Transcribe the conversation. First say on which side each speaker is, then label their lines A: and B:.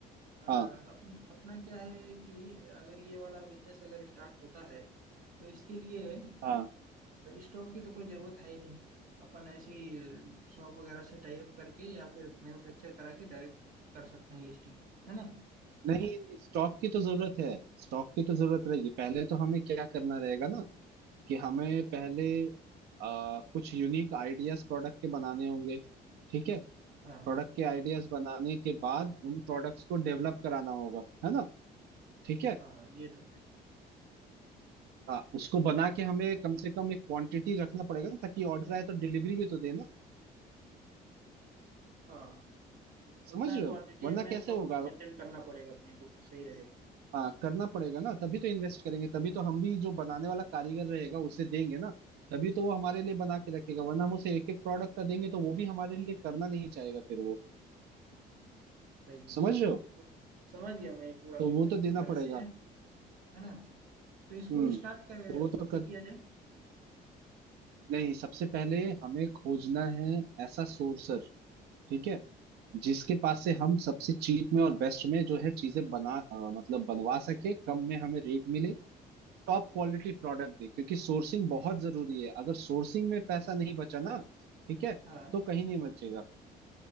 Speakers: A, on the right (about 55°); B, on the right (about 75°).
A: अ,
B: हाँ
A: अपन अपना क्या है कि अगर ये वाला बिजनेस अगर स्टार्ट होता है तो इसके लिए
B: हाँ
A: स्टॉक की तो कोई ज़रूरत है ही नहीं अपन ऐसे ही शॉप वगैरह से टाई अप करके या फिर मैन्युफैक्चर करा के डायरेक्ट कर सकते हैं लिस्टिंग है ना
B: नहीं स्टॉक की तो जरूरत है स्टॉक की तो जरूरत रहेगी पहले तो हमें क्या करना रहेगा ना कि हमें पहले आ, कुछ यूनिक आइडियाज प्रोडक्ट के बनाने होंगे ठीक है
A: हाँ
B: प्रोडक्ट के आइडियाज बनाने के बाद उन प्रोडक्ट्स को डेवलप कराना होगा है ना ठीक है
A: हाँ ये तो है
B: हाँ उसको बना के हमें कम से कम एक क्वांटिटी रखना पड़ेगा ना, ताकि ऑर्डर आए तो डिलीवरी भी तो देना
A: हाँ उतना
B: समझ रहे
A: क्वांटिटी
B: हो वरना
A: अपना स्टॉक
B: कैसे होगा
A: मेंटेन करना पड़ेगा अपने को सही रहेगा
B: हाँ करना पड़ेगा ना तभी तो इन्वेस्ट करेंगे तभी तो हम भी जो बनाने वाला कारीगर रहेगा उसे देंगे ना तभी तो वो हमारे लिए बना के रखेगा वरना हम उसे एक एक प्रोडक्ट का देंगे तो वो भी हमारे लिए करना नहीं चाहेगा फिर वो
A: सही है
B: समझ
A: सही तो
B: रहे हो
A: समझ गया मैं ये पूरा
B: तो
A: बिजनेस
B: वो तो
A: किस
B: देना
A: तरह
B: पड़ेगा
A: से है है ना तो इसको
B: हम्म
A: स्टार्ट कर
B: तो वो तो
A: कब तक
B: कर
A: किया जाए
B: नहीं सबसे पहले हमें खोजना है ऐसा सोर्सर ठीक है जिसके पास से हम सबसे चीप में और बेस्ट में जो है चीजें बना अ, मतलब बनवा सके कम में हमें रेट मिले टॉप क्वालिटी प्रोडक्ट दे क्योंकि सोर्सिंग बहुत जरूरी है अगर सोर्सिंग में पैसा नहीं बचा ना ठीक है
A: हाँ
B: तो कहीं नहीं बचेगा